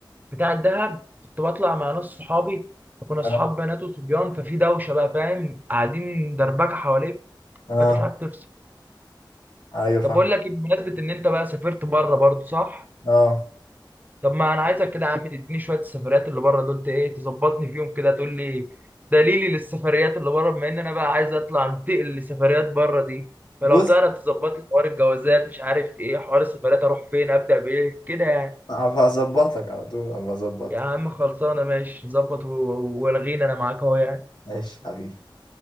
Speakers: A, on the right; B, on the left.
A: بتاع الدهب كنت بطلع مع ناس صحابي كنا اصحاب
B: اه
A: بنات وصبيان ففي دوشه بقى فاهم قاعدين دربكه حواليك
B: اه
A: فانت مش عارف تفصل
B: ايوه فاهم
A: طب بقول لك إيه، بمناسبه ان انت بقى سافرت بره برضو صح
B: اه
A: طب ما انا عايزك كده يا عم تديني شويه السفريات اللي بره دول ت- ايه تظبطني فيهم كده تقول لي دليلي للسفريات اللي بره بما ان انا بقى عايز اطلع انتقل لسفريات بره دي فلو
B: بص
A: تعرف تظبط لي حوار الجوازات مش عارف ايه حوار السفريات اروح فين ابدا بايه كده يعني
B: هبقى اظبطك على طول هبقى اظبطك
A: يا عم خلصانه ماشي نظبط و- و- والغينا انا معاك اهو يعني
B: ماشي حبيبي